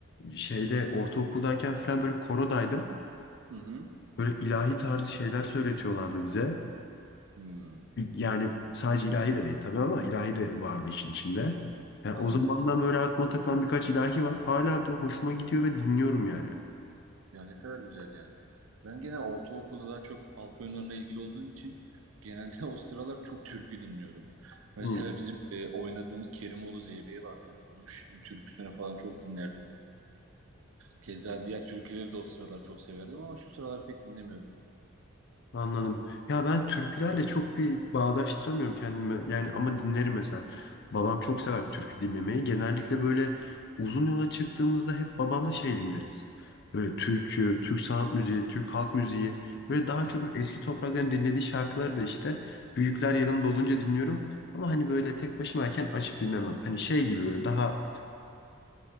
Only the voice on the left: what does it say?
şeyde ortaokuldayken falan böyle korodaydım.
Böyle ilahi tarzı şeyler söyletiyorlardı bize.
Yani sadece ilahi de değil tabii ama ilahi de vardı işin içinde. Yani
o zamandan böyle aklıma takılan birkaç ilahi var. Hala da hoşuma gidiyor ve dinliyorum yani.
Hı.
Anladım. Ya ben türkülerle çok bir bağdaştıramıyorum kendimi. Yani ama dinlerim mesela. Babam çok sever türkü dinlemeyi. Genellikle böyle uzun yola çıktığımızda hep babamla şey dinleriz. Böyle türkü, Türk sanat müziği, Türk halk müziği. Böyle daha
çok eski toprakların dinlediği şarkıları da işte büyükler yanımda olunca dinliyorum. Ama hani böyle tek başımayken açıp dinlemem. Hani şey gibi böyle daha